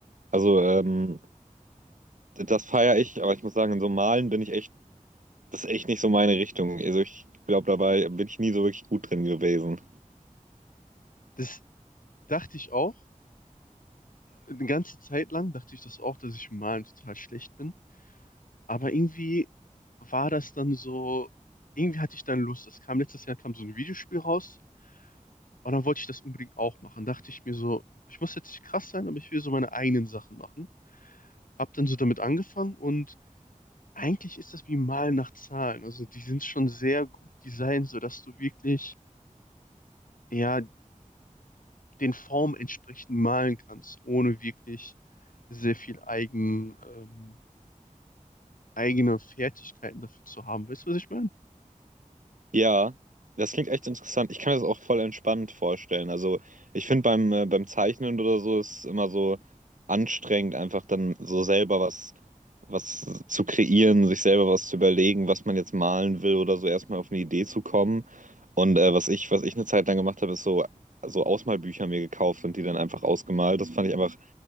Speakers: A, on the right (about 70°); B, on the left (about 85°).
A: Also ähm, das feiere ich, aber ich muss sagen, in so Malen bin ich echt, das ist echt nicht so meine Richtung. Also ich glaube, dabei bin ich nie so wirklich gut drin gewesen.
B: Das dachte ich auch eine ganze Zeit lang dachte ich das auch, dass ich im Malen total schlecht bin. Aber irgendwie war das dann so, irgendwie hatte ich dann Lust. Das kam letztes Jahr, kam so ein Videospiel raus und dann wollte ich das unbedingt auch machen. Dachte ich mir so, ich muss jetzt nicht krass sein, aber ich will so meine eigenen Sachen machen. Hab dann so damit angefangen und eigentlich ist das wie Malen nach Zahlen. Also die sind schon sehr gut designt, sodass du wirklich ja den Formen entsprechend malen kannst, ohne wirklich sehr viel Eigen, ähm, eigene Fertigkeiten dafür zu haben. Weißt du, was ich meine?
A: Ja, das klingt echt interessant. Ich kann mir das auch voll entspannt vorstellen. Also ich finde beim, äh, beim Zeichnen oder so ist es immer so anstrengend, einfach dann so selber was, was zu kreieren, sich selber was zu überlegen, was man jetzt malen will oder so erstmal auf eine Idee zu kommen. Und äh, was ich, was ich eine Zeit lang gemacht habe, ist so, so Ausmalbücher mir gekauft und die dann einfach ausgemalt. Das fand ich einfach